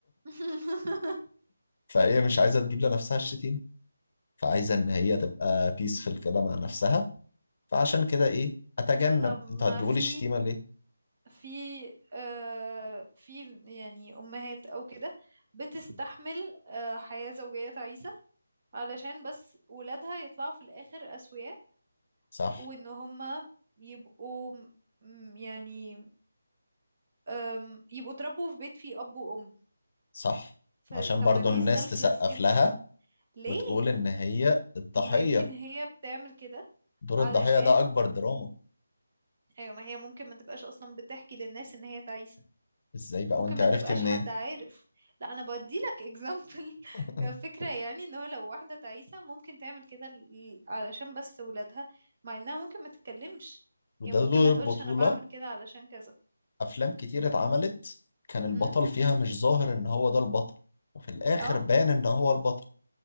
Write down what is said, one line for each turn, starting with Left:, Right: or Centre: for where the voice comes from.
Right: <laughs>
Left: فهي مش عايزه تجيب لنفسها الشتيم فعايزه ان هي تبقى بيسفل كده مع نفسها فعشان كده ايه اتجنب
Right: طب ما
Left: انتوا هتجيبوا
Right: في
Left: لي الشتيمه ليه
Right: في آه في يعني أمهات أو كده بتستحمل آه حياة زوجية تعيسة علشان بس ولادها يطلعوا في الآخر أسوياء
Left: صح
Right: وإن هما يبقوا م- يعني آم، يبقوا اتربوا في بيت فيه أب وأم
Left: صح
Right: فطب
Left: عشان برضو
Right: ما دي
Left: الناس
Right: selfless
Left: تسقف
Right: جدا
Left: لها
Right: ليه؟
Left: وتقول ان هي الضحيه
Right: طب ما يمكن هي بتعمل كده
Left: دور
Right: علشان
Left: الضحيه ده اكبر دراما
Right: أيوة ما هي ممكن ما تبقاش أصلا بتحكي للناس إن هي تعيسة
Left: ازاي بقى
Right: ممكن
Left: وانت
Right: ما
Left: عرفتي
Right: تبقاش
Left: منين
Right: حد عارف لا انا بدي لك اكزامبل <laughs>
Left: <laughs>
Right: كفكره يعني ان هو لو واحده تعيسه ممكن تعمل كده ل- علشان بس ولادها مع انها ممكن ما تتكلمش
Left: وده
Right: هي ممكن
Left: دور
Right: ما تقولش
Left: البطولة
Right: انا بعمل كده علشان كذا
Left: أفلام كتير اتعملت كان البطل
Right: امم
Left: فيها مش ظاهر إن هو ده البطل وفي الآخر
Right: اه
Left: بان إن هو البطل